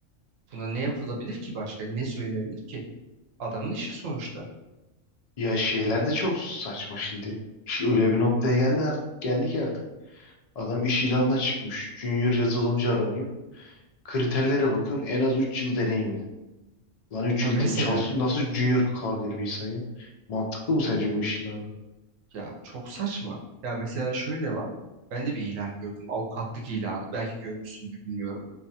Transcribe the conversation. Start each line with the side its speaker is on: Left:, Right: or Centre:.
Right: buna ne yapılabilir ki başka? Ne söylenebilir ki? Adamın işi sonuçta.
Left: Ya şeyler de çok saçma şimdi. İş öyle bir noktaya geldi artık. Geldi ki artık. Adam iş ilanına çıkmış. Junior yazılımcı aranıyor. Kriterlere bakın en az 3 yıl deneyimli. Lan 3
Right: Ya
Left: yıl
Right: mesela
Left: de- çalışıyor. Nasıl junior kalabilir bir insan ya? Mantıklı mı sence bu iş ilanı?
Right: ya çok saçma. Ya mesela şöyle var. Ben de bir ilan gördüm. Avukatlık ilanı. Belki görmüşsündür bilmiyorum.